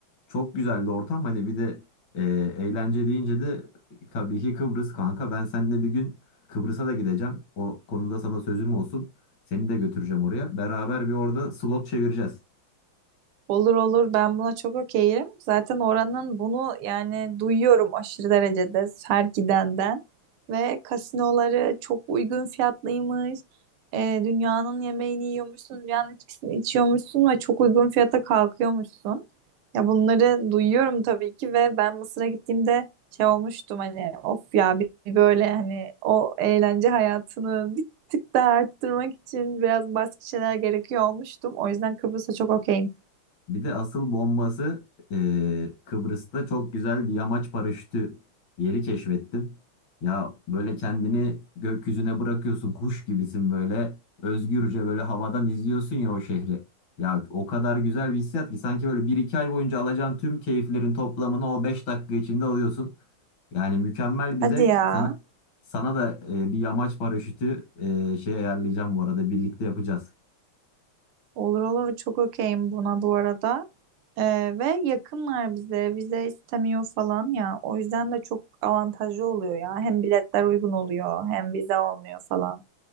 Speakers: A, on the left; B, on the right.
A: Çok güzeldi ortam. Hani bir de e, eğlence deyince de tabii ki Kıbrıs kanka. Ben seninle bir gün Kıbrıs'a da gideceğim. O konuda sana sözüm olsun. Seni de götüreceğim oraya. Beraber bir orada slot çevireceğiz.
B: Olur olur ben buna çok okeyim. Zaten oranın bunu yani duyuyorum aşırı derecede her gidenden. Ve kasinoları çok uygun fiyatlıymış. Ee, dünyanın yemeğini yiyormuşsun, dünyanın içkisini içiyormuşsun ve çok uygun fiyata kalkıyormuşsun. Ya bunları duyuyorum tabii ki ve ben Mısır'a gittiğimde şey olmuştum hani of ya bir bir böyle hani o eğlence hayatını bir tık daha arttırmak için biraz başka şeyler gerekiyor olmuştum. O yüzden Kıbrıs'a çok okeyim.
A: Bir de asıl bombası e, Kıbrıs'ta çok güzel bir yamaç paraşütü yeri keşfettim. Ya böyle kendini gökyüzüne bırakıyorsun kuş gibisin böyle özgürce böyle havadan izliyorsun ya o şehri. Ya o kadar güzel bir hissiyat ki sanki böyle bir iki ay boyunca alacağın tüm keyiflerin toplamını o 5 dakika içinde alıyorsun. Yani mükemmel bir
B: Hadi
A: zevk.
B: ya.
A: Sana, sana da e, bir yamaç paraşütü e, şey ayarlayacağım bu arada birlikte yapacağız.
B: Olur olur çok okeyim buna bu arada. Ee, ve yakınlar bize vize istemiyor falan ya. O yüzden de çok avantajlı oluyor ya. Hem biletler uygun oluyor hem vize olmuyor falan.